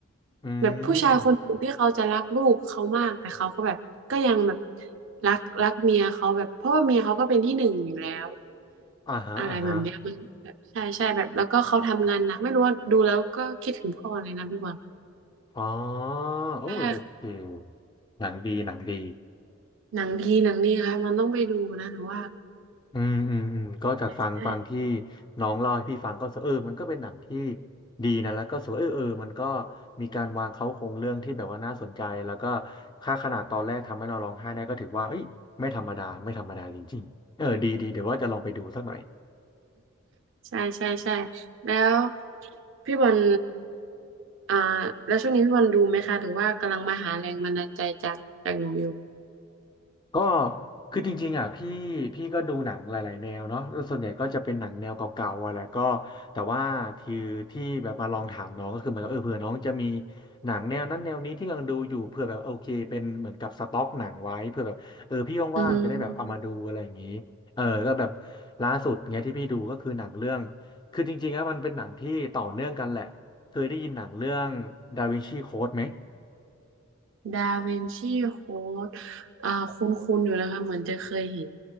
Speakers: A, on the left; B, on the right.
A: อื
B: แบบผู้ชายคนหนึ่งที่เขาจะรักลูกเขามากแต่เขาก็แบบก็ยังแบบ
A: ม
B: รักรักเมียเขาแบบเพราะว่าเมียเขาก็เป็นที่หนึ่งอยู่แล้ว
A: อ่าฮะอ่าฮะ
B: อะไรแบบเนี้ยมันแบบใช่ใช่แบบแล้วก็เขาทำงานหนักไม่รู้ว่าดูแล้วก็คิดถึงพ่อเลยนะพี่บอล
A: อ๋อโอ้ยโอเค
B: ใช่ค่ะ
A: หนังดีหนังดี
B: หนังดีหนังดีค่ะมันต้องไปดูนะหนูว่า
A: อืมอืมอืมก็จากฟังฟังที่
B: ใช่
A: น้องเล่าให้พี่ฟังก็รู้สึกเออมันก็เป็นหนังที่ดีนะแล้วก็สวยเออเออมันก็มีการวางเขาโครงเรื่องที่แบบว่าน่าสนใจแล้วก็ค่าขนาดตอนแรกทำให้เราร้องไห้ได้ก็ถือว่าเอ้ยไม่ธรรมดาไม่ธรรมดาจริงๆเออดีดีเดี๋ยวว่าจะลองไปดูสักหน่อย
B: ใช่ใช่ใช่แล้วพี่บอลอ่าแล้วช่วงนี้พี่บอลดูไหมคะหรือว่ากำลังมาหาแรงบันดาลใจจากจากหนูอยู่
A: ก็คือจริงๆอ่ะพี่พี่ก็ดูหนังหลายๆแนวเนาะแล้วส่วนใหญ่ก็จะเป็นหนังแนวเก่าๆอะแหละก็แต่ว่าที่ที่แบบมาลองถามน้องก็คือเหมือนกับเออเผื่อน้องจะมีหนังแนวนั้นแนวนี้ที่กำลังดูอยู่เผื่อแบบโอเคเป็นเหมือนกับสต็อกหนังไว้เผื่อแบบเออพี่ว่างๆจะได้แบบเอามาดูอะไรอย่างนี้เออก็แบบ
B: อืม
A: ล่าสุดเงี้ยที่พี่ดูก็คือหนังเรื่องคือจริงๆแล้วมันเป็นหนังที่ต่อเนื่องกันแหละเคยได้ยินหนังเรื่องดาวินชีโค้ดไหม
B: ดาวินชีโค้ดอ่าคุ้นๆอยู่นะคะเหมือนจะเคยเห็น